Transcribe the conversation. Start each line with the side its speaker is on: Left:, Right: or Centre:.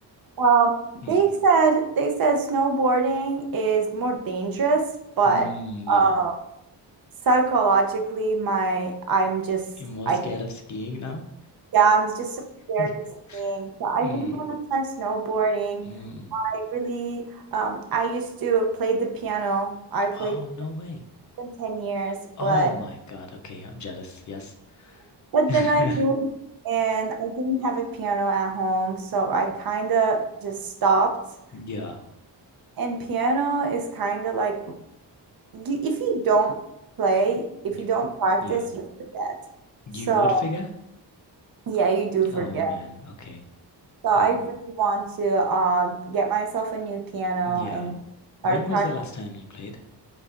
Right: Um,
Left: Mm.
Right: they said they said snowboarding is more dangerous, but
Left: Mm, yeah.
Right: uh, psychologically, my I'm just
Left: You're more
Right: I
Left: scared of skiing now?
Right: yeah, I'm just so scared
Left: <laughs>
Right: of skiing. So I
Left: Mm.
Right: really want to try snowboarding.
Left: Mm.
Right: I really um I used to play the piano. I played
Left: Oh no way.
Right: than 10 years,
Left: Oh
Right: but
Left: my God. Okay, I'm jealous. Yes.
Right: but
Left: <laughs>
Right: then I moved and I didn't have a piano at home, so I kind of just stopped.
Left: Yeah.
Right: And piano is kind of like you, if you don't play, if
Left: You-
Right: you don't practice,
Left: Yeah.
Right: you forget.
Left: You
Right: So
Left: would figure?
Right: yeah, you do forget.
Left: Oh man. Okay.
Right: So
Left: Hmm.
Right: I really want to um get myself a new piano
Left: Yeah.
Right: and start
Left: When
Right: practicing.
Left: was the last time you played?